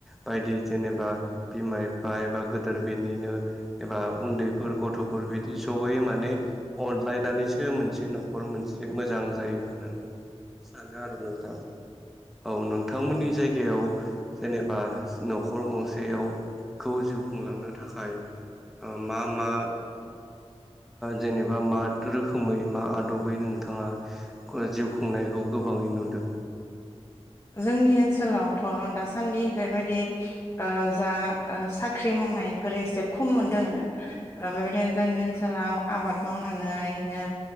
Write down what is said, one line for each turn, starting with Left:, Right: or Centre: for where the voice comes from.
Centre: बायदि जेनेबा बिमा बिफा एबा गोदोर बेनिनो एबा उन्दैफोर गथ'फोर बिदि जयै माने अनलायनानैसो मोनसे न न'खर मोनसे मोजां जायो होननानै सानो आरो नोंथां। औ नोंथांमोननि जायगायाव जेनेबा न'खर गंसेयावखौ जिउ खुंलांनो थाखाय ओ मा मा जेनेबा मा रोखोमै मा दबै नोंथाङा जिउ खुंनायखौ गोबाङै नुदों।
Left: जोंनि ओनसोलावथ' दासान्दि बेबायदि ओ जा ओ साख्रि मावनायफोर एसे खम मोनदों। ओ बेबायदिनो जोंनि ओनसोलाव आबाद मावनानैनो